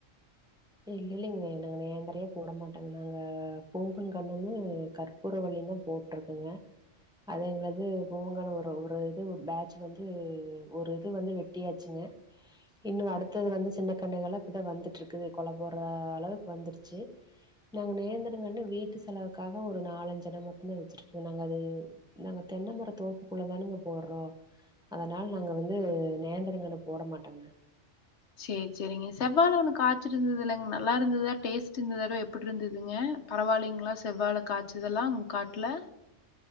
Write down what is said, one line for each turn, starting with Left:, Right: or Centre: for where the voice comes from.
Centre: இல் இல்லைங்க நாங்க நேந்தரையே போட மாட்டோங்க நாங்க போகன் கண்ணுமு க ப்பூற வள்ளியுந்தா போட்ருக்குங்க அதங்க வந்து போங்கன ஒரு ஒரு இது பேட்ச் வந்து ஒரு இது வந்து வெட்டியாச்சுங்க இன்னொரு அடுத்தது வந்து சின்ன கண்ணுகலா இப்பதா வந்துட்ருக்கு கொல போடுற அளவுக்கு வந்துருச்சு நாங்க நேந்தரங்கண்ணு வீட்டு செலவுக்காக ஒரு நாலஞ்சன மட்டுந்தா வெச்சிருக்கோ நாங்க அது நாங்க தென்ன மர தோப்புக்குள்ள தானுங்க போடறோ அதனால நாங்க வந்து நேந்தரங்கண்ணு போட மாட்டங்க
Left: சேர் சேரிங்க செவ்வாழ ஒண்ணு காச்சிருந்ததல்லங் நல்லா இருந்ததா டேஸ்ட்டு இந்ததடவ எப்புடுருந்ததுங்க பரவாலைங்ளா செவ்வாழ காச்சதெல்லா உங் காட்ல